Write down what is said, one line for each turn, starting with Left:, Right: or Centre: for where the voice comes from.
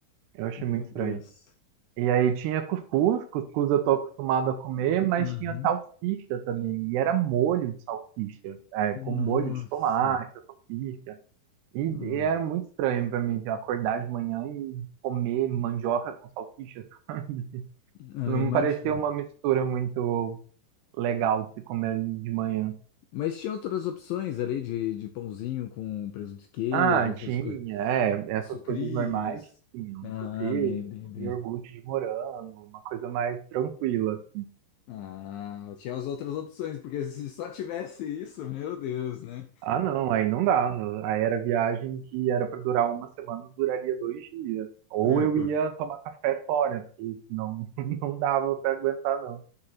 Right: Eu achei
Left: meu
Right: muito
Left: Deus.
Right: estranho. E aí tinha cuscuz, cuscuz eu tô acostumado a comer, mas
Left: Aham.
Right: tinha salsicha também. E era molho de salsicha, é, com molho
Left: Nossa.
Right: de tomate, salsicha. E
Left: Ah,
Right: e era muito estranho pra mim acordar de manhã e comer mandioca com salsicha. <laughs>
Left: ah,
Right: Não
Left: imagina.
Right: parecia uma mistura muito legal de se comer de manhã.
Left: Mas tinha outras opções ali de, de pãozinho com presunto de queijo,
Right: Ah,
Left: essas
Right: tinha,
Left: coisas.
Right: é, essas
Left: Sucrilhos.
Right: coisas normais, tinha um
Left: Ah,
Right: sucrilho,
Left: bem, bem, bem.
Right: um iogurte de morango, uma coisa mais tranquila.
Left: Ah, tinha as outras opções, porque se só tivesse isso, meu Deus, né?
Right: Ah, não, aí não dava. Aí era viagem que era pra durar uma semana, duraria dois dias. Ou
Left: É,
Right: eu
Left: co-
Right: ia tomar café fora, porque senão <laughs> não dava pra aguentar, não.